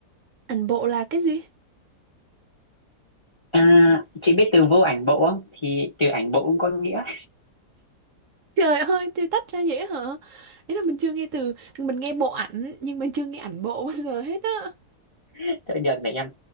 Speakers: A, on the right; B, on the left.
A: Ảnh bộ là cái gì?
B: à, chị biết từ vô ảnh bộ không thì từ ảnh bộ cũng có nghĩa
A: Trời ơi, chơi tách ra vậy hả? Ý là mình chưa nghe từ, mình nghe bộ ảnh nhưng mình chưa nghe ảnh bộ bao giờ hết á.
B: <laughs> thôi được để em